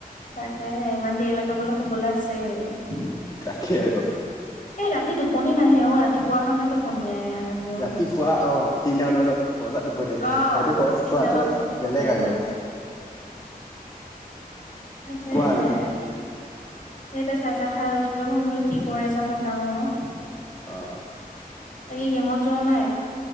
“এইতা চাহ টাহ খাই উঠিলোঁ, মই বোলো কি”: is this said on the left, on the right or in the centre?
Left